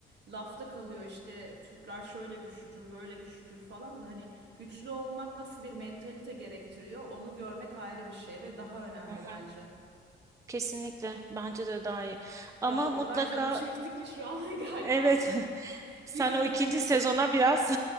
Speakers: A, on the right (about 60°); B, on the right (about 15°).
A: lafta kalıyor işte Türkler şöyle güçlüdür, böyle güçlüdür falan da hani güçlü olmak nasıl bir mentalite gerektiriyor onu görmek ayrı bir şey ve daha önemli
B: Hı hı.
A: bence.
B: Kesinlikle bence de daha iyi. Ama
A: Ya o
B: mutlaka
A: kadar canım çekti ki şu an <laughs> galiba
B: evet <laughs> Sen
A: birazdan
B: o ikinci
A: girip
B: sezona
A: izleyeceğim.
B: biraz